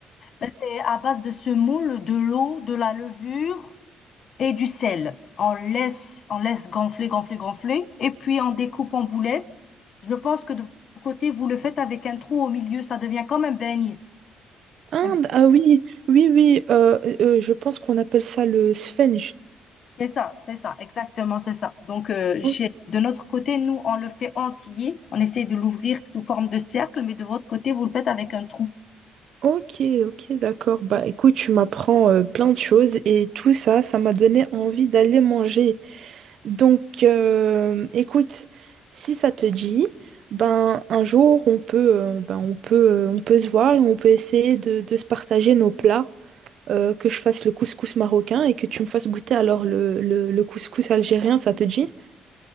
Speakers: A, on the left (about 55°); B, on the right (about 65°).
A: C'est à base de semoule, de l'eau, de la levure et du sel. On laisse, on laisse gonfler, gonfler, gonfler. Et puis on découpe en boulettes. Je pense que de votre côté, vous le faites avec un trou au milieu. Ça devient comme un beigne.
B: Inde,
A: Un beigne.
B: ah oui, oui, oui, euh, euh, je pense qu'on appelle ça le sphenge.
A: C'est ça, c'est ça, exactement, c'est ça. Donc, euh,
B: O-
A: chez, de notre côté, nous, on le fait entier. On essaie de l'ouvrir sous forme de cercle, mais de votre côté, vous le faites avec un trou.
B: Ok, ok, d'accord. Bah écoute, tu m'apprends euh, plein de choses et tout ça, ça m'a donné envie d'aller manger. Donc euh, écoute, si ça te dit, ben un jour on peut, euh, ben, on peut, euh, on peut se voir et on peut essayer de, de se partager nos plats, euh, que je fasse le couscous marocain et que tu me fasses goûter alors le, le le couscous algérien, ça te dit?